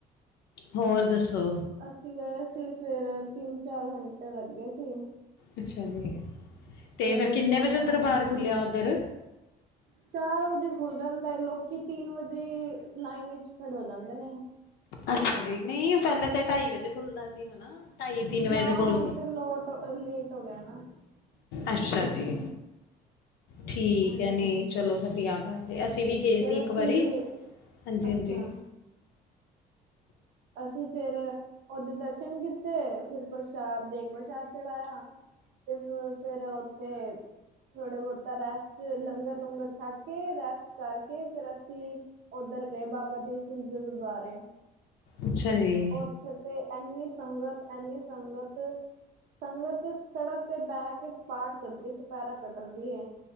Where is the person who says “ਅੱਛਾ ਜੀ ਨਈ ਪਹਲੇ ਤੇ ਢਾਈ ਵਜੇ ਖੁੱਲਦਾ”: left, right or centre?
Left